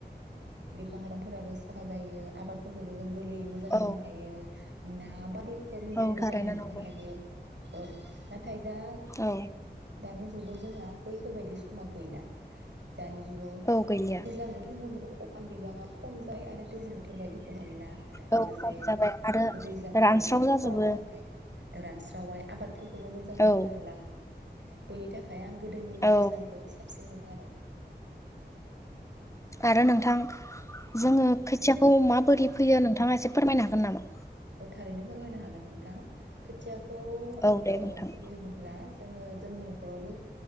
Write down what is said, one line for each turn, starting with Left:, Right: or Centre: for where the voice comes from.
Right: बिफां लाइफांफोराबो साफा जायो आबादफोरखौबो गोरलैयै मोजाङै
Left: औ
Right: मोननो हायो। ना बादि रोखोमनिजों
Left: औ
Right: गोबां
Left: थारैनो
Right: मोननो
Left: नंगौ
Right: हायो। औ खायदा
Left: औ
Right: दानि जुगाव जोंहा बैफोरबायदि समा गैला। दानि जुगाव
Left: औ गैलिया
Right: दैज्लां बोथोर <unintelligible> होनो <unintelligible> अखानि बिबाङा खम जाय आरो दैज्लां बोथोर बायदिखौ मोनला ।
Left: औ
Right: लोगोसे
Left: खम जाबाय आरो
Right: दैज्लां बोथोरावनो
Left: रानस्राव जाजोबो
Right: खरान जाबाय रानस्रि दावाय आबाद फोरखौबो मोजां मोननो
Left: औ
Right: हाला। बेनि थाखाय आं गोद गोदोनि
Left: औ
Right: दैज्लांखौ साबसिन मोनो आरो बे <unintelligible>
Left: आरो नोंथां जोङो
Right: ओ औ
Left: खोथियाखौ माबोरै फैयो नोंथाङा एसे फोरमायनो हागोन नामा?
Right: औ थारैनो फोरमायनो हागोन नोंथां खोथिया औ
Left: औ
Right: आं
Left: दे
Right: ओ
Left: नोंथां
Right: फैयो होनोब्ला जोङो जोंनि न'खरावबो